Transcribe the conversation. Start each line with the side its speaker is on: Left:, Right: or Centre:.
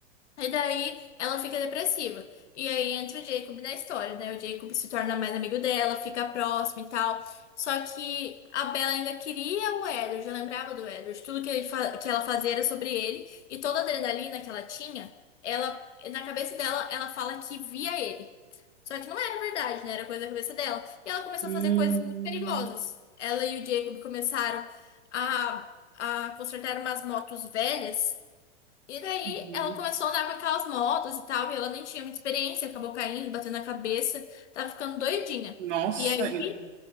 Left: E daí ela fica depressiva. E aí entra o Jacob na história, né? O Jacob se torna mais amigo dela, fica próximo e tal. Só que a Bella ainda queria o Edward, eu lembrava do Edward. Tudo que, ele fa- que ela fazia era sobre ele. E toda a adrenalina que ela tinha, ela, na cabeça dela, ela fala que via ele. Só que não era verdade, né? Era coisa da cabeça dela. E ela começou
Right: hum.
Left: a fazer coisas muito perigosas. Ela e o Jacob começaram a, a consertar umas motos velhas. E daí
Right: uhum.
Left: ela começou a andar com aquelas motos e tal, e ela nem tinha muita experiência, acabou caindo, batendo na cabeça, tava ficando doidinha.
Right: Nossa,
Left: E aí,
Right: en-